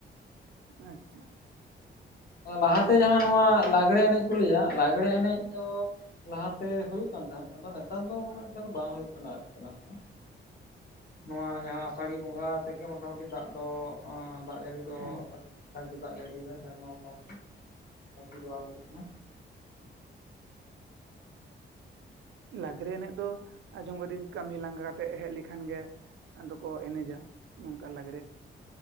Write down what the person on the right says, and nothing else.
ᱟᱪᱪᱷᱟ ᱾
ᱦᱮᱸ
ᱞᱟᱜᱽᱲᱮ ᱮᱱᱮᱡ ᱫᱚ ᱟᱸᱡᱚᱢ ᱠᱟᱹᱫᱟᱹᱧ ᱠᱟᱹᱢᱤ ᱞᱟᱸᱜᱟ ᱠᱟᱛᱮ ᱦᱮᱡ ᱞᱮᱠᱷᱟᱱ ᱜᱮ ᱟᱫᱚ ᱠᱚ ᱮᱱᱮᱡᱟ ᱱᱚᱝᱠᱟ ᱞᱟᱜᱽᱲᱮ᱾